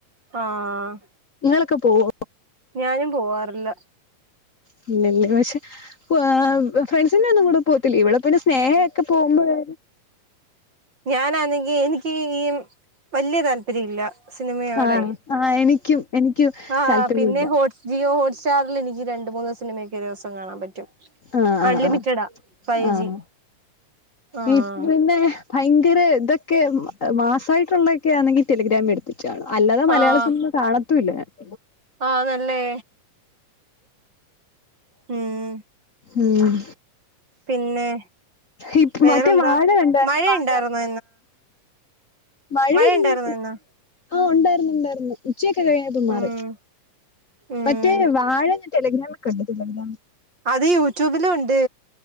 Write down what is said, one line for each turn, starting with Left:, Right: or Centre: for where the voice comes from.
Right: ആഹ്
Left: ഇങ്ങളൊക്കെ പോവോ
Right: ഞാനും പോവാറില്ല
Left: പിന്നന്നെ പക്ഷെ് ഫാ ഫ്രണ്ട്സി ഒന്നും കൂടെ പോത്തില്ല ഇവിടെ പിന്നെ സ്നേഹ ഒക്കെ പോകുമ്പോ വേ
Right: ഞാനാണെങ്കിൽ എനിക്ക് ഈ വലിയ താല്പര്യം ഇല്ല സിനിമയോടെ
Left: ആഹ് ആഹ് എനിക്കും എനിക്കും
Right: ആഹ്
Left: താല്പര്യമില്ല
Right: പിന്നെ ഹോട്ട് ജിയോ ഹോട്ട് സ്റ്റാറിൽ എനിക്ക് രണ്ട് മൂന്ന് സിനിമയൊക്കെ ഒരു ദിവസം കാണാൻ പറ്റും
Left: ആഹ്
Right: അൺലിമിറ്റഡാ
Left: ആഹ് ആഹ്
Right: ഫൈവ്
Left: ആഹ്
Right: ജി ആഹ്
Left: ഇത് പിന്നെ ഭയങ്കര ഇതൊക്കെ മാസായിട്ടുള്ളതൊക്കെ ആണെങ്കിൽ ടെലിഗ്രാമിൽ ഇടും അല്ലാതെ മലയാള
Right: ആഹ്
Left: സിനിമ കാണത്തും ഇല്ല ഞാൻ
Right: ആന്നല്ലേ ഉം
Left: ഉം
Right: പിന്നെ
Left: ഇ
Right: വേറെന്താ
Left: മറ്റേ വാഴ കണ്ടായിരുന്നാ
Right: മഴയുണ്ടായിരുന്നോ
Left: വാഴ മഴയില്ല
Right: മഴ ഉണ്ടായിരുന്നാ ഇന്ന്
Left: ആഹ് ഉണ്ടായിരുന്നു ഉണ്ടായിരുന്നു ഉച്ചയൊക്കെ കഴിഞ്ഞപ്പോ മാറി
Right: ഉം ഉം
Left: മറ്റേ വാഴ ടെലിഗ്രാമിൽ കണ്ട് ടെലിഗ്രാമി
Right: അത് യൂട്യൂബിലും ഉണ്ട്